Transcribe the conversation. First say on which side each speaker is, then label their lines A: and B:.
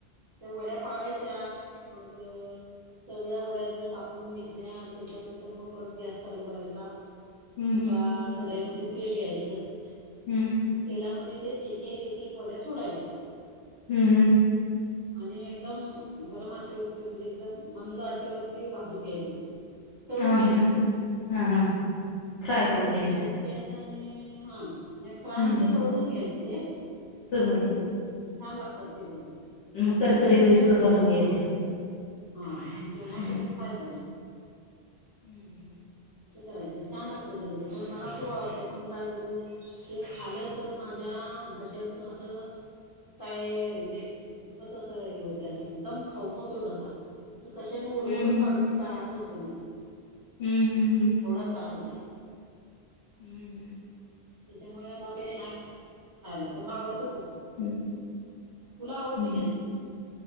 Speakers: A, on the right (about 25°); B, on the left (about 75°).
A: त्या वड्या पाडायच्या मग सगळ्या वड्या जर कापून घेतल्या त्याच्यानंतर मग परत गॅस चालू करायचा.
B: हम्म
A: एका
B: हम्म
A: कडईमध्ये तेल घ्यायचं.
B: हम्म
A: आणि तेलामध्ये ते एक, एक, एक, एक वड्या सोडायच्या.
B: हम्म, हम्म.
A: आणि एकदम गरम आचेवरती म्हणजे एकदम मंद आचे वरती भाजून घ्यायचे ते. तळून
B: आ
A: घ्यायचं
B: हम. हा. हा. फ्राय करून घ्यायचं.
A: तळून घ्यायचं आणि हा, नाही फ्राय
B: हम्म
A: म्हणजे
B: हम्म
A: तळूनच घ्यायचं ते.
B: समजलं.
A: छान लागतात ते पण
B: मग करकरी
A: नंतरच
B: होईस्तोवर
A: घ्यायचं
B: भाजून
A: गरम गरम
B: घ्यायच्या
A: आपलं. हा जेवणा
B: हम्म
A: सोबत खायच.
B: <inaudible>
A: असं करायचं. छान लागत खरं ते, पण मला खूप आवडते, पण काय करू ते खाल्ल तर तर माझ्या घश्यातून असं
B: <inaudible>
A: काय म्हणजे खूपच असं हे होत असं एकदम खवखवतोय घसा. असं कशाने ओरबडून
B: हम्म हम्म
A: काढू की काय असं होते मला.
B: हम्म. हम्. हम्.
A: एवढा त्रास होतो.
B: <inaudible>
A: त्याच्यामुळे मग नाही मिळत खायला पण मग आवडत खूप.
B: हम्म
A: तुला आवडते कि
B: हम्म